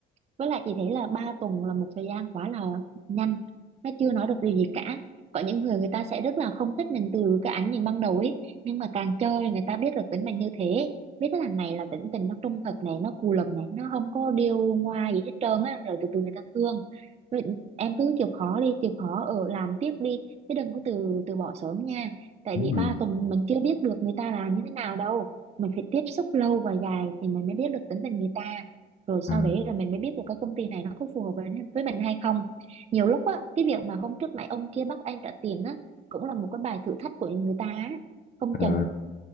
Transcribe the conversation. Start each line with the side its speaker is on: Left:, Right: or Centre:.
Right: với lại chị thấy là 3 tuần là một thời gian quá là nhanh nó chưa nói được điều gì cả có những người người ta sẽ rất là không thích mình từ cái ánh nhìn ban đầu ấy nhưng mà càng chơi người ta biết được tính mình như thế biết cái thằng này là tính tình nó trung thực này nó cù lần này nó không có điêu ngoa gì hết trơn á rồi từ từ người ta thương Vậy em cứ chịu khó đi chịu khó ở làm tiếp đi chứ đừng có từ từ bỏ sớm nha tại
Left: đúng
Right: vì
Left: rồi
Right: ba tuần mình chưa biết được người ta là như thế nào đâu mình phải tiếp xúc lâu và dài thì mình mới biết được tính tình người ta rồi
Left: à,
Right: sau đấy là mình mới biết được cái công ty này nó có phù hợp với với mình hay không nhiều lúc á cái việc mà hôm trước nãy ông kia bắt anh trả tiền á cũng là một cái bài thử thách của người ta á. không chừng
Left: à,